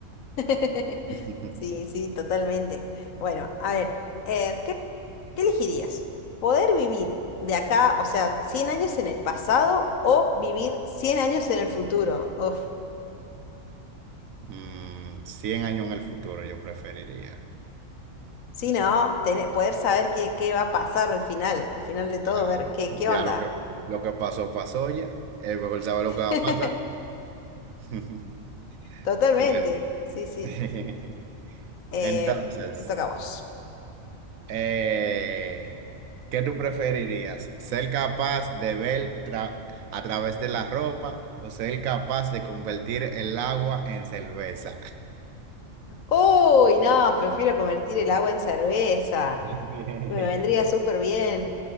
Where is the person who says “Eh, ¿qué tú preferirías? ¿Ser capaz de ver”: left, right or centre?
Right